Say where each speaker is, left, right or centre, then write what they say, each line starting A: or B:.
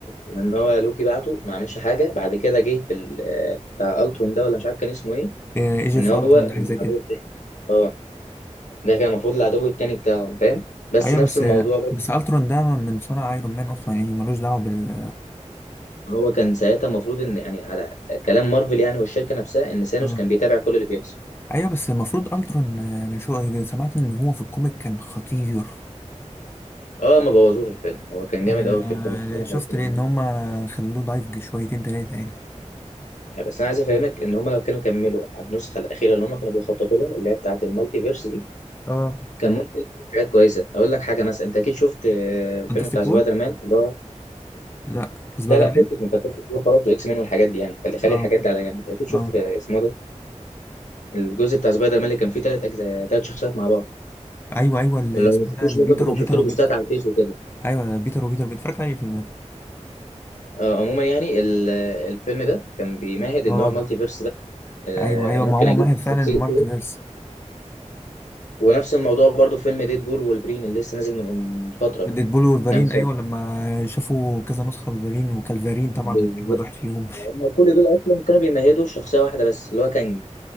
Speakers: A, on the left; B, on the left.
A: ان هو لوكي بعته ما عملش حاجه بعد كده جه في ال- آه، بتاع التون ده ولا مش عارف كان اسمه ايه
B: ايجي
A: ان
B: في
A: هو
B: الترون
A: العدو
B: حاجه زي كده
A: التاني اه ده كان المفروض العدو التاني بتاعهم فاهم بس
B: ايوه
A: نفس
B: بس
A: الموضوع
B: بس الترون ده من صنع ايرون مان اصلا يعني ملوش دعوه بال
A: هو كان ساعتها المفروض ان يعني على كلام مارفل يعني والشركه نفسها ان سانوس
B: اه
A: كان بيتابع كل اللي بيحصل
B: ايوه بس المفروض الترون آه، انا شو آه، سمعت ان هو في الكوميك كان خطير
A: اه ما بوظوه في الفيلم هو كان
B: يعني
A: جامد قوي
B: انا
A: في الكوميك بصراحه
B: شفت
A: وكان
B: ليه ان هما خلوه ضعيف شويتين تلاتة يعني
A: يعني بس انا عايز افهمك ان هم لو كانوا كملوا على النسخه الاخيره اللي هم كانوا بيخططوا لها اللي هي بتاعه المالتي فيرس دي
B: اه
A: كان ممكن يكون في حاجات كويسه اقول لك حاجه مثلا انت اكيد شفت آه، الفيلم
B: فانتاستيك
A: بتاع سبايدر
B: فور
A: مان اللي هو
B: لا سبايدر
A: ده لا
B: مان
A: فكك من فانتاستيك فور خلاص واكس مان والحاجات دي يعني خلي خلي
B: اه
A: الحاجات دي على جنب اكيد شفت
B: اه
A: في- اسمه ده الجزء بتاع سبايدر مان اللي كان فيه ثلاث اجزاء ثلاث شخصيات مع بعض
B: ايوه ايوه اللي
A: لو
B: اسمه
A: ما شفتوش
B: ده البيتر
A: ممكن تكون
B: وبيتر
A: شفت له
B: وبيتر
A: بوستات على الفيس وكده
B: ايوه بيتر وبيتر بيتر اتفرجت عليه الفيلم ده
A: آه، عموما يعني ال- الفيلم ده كان بيمهد
B: اه
A: ان هو المالتي فيرس بقى آه،
B: ايوه ايوه
A: ممكن
B: ما هو
A: اجيب
B: مهد فعلا
A: شخصيه
B: المالتي
A: ثور
B: فيرس
A: ونفس الموضوع برضو في فيلم ديد بول والبرين اللي لسه نازل من فتره
B: ديدبول
A: من
B: وولفرين
A: كام شهر
B: ايوه لما شافوا كذا نسخه لولفرين وكالفارين طبعا
A: بالظبط.
B: اجمد واحد فيهم
A: هم كل دول اصلا كانوا بيمهدوا شخصيه واحده بس اللي هو كانج